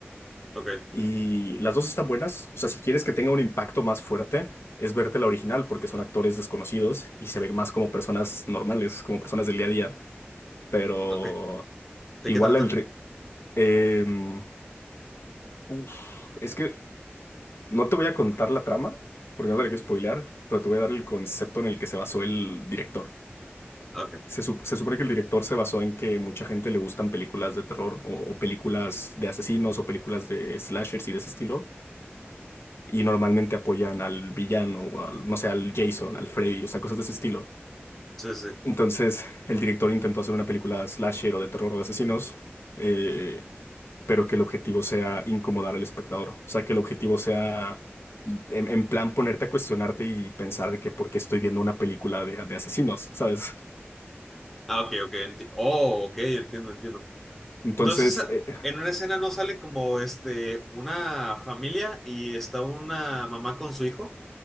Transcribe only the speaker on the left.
Y las dos están buenas, o sea, si quieres que tenga un impacto más fuerte, es verte la original porque son actores desconocidos y se ven más como personas normales, como personas del día a día, pero
igual
el... ri- em, uf, es que no te voy a contar la trama, porque no te la quiero spoilear, pero te voy a dar el concepto en el que se basó el director.
Se, sup- se supone que el director se basó en que mucha gente le gustan películas de terror o, o películas de asesinos o películas de slashers y de ese estilo. Y normalmente apoyan al villano o al, no sé, al Jason, al Freddy, o sea, cosas de ese estilo.
Entonces, el director intentó hacer una película slasher o de terror o de asesinos, eh, pero que el objetivo sea incomodar al espectador. O sea, que el objetivo sea en, en plan ponerte a cuestionarte y pensar de que por qué estoy viendo una película de, de asesinos, ¿sabes?
Entonces,
eh,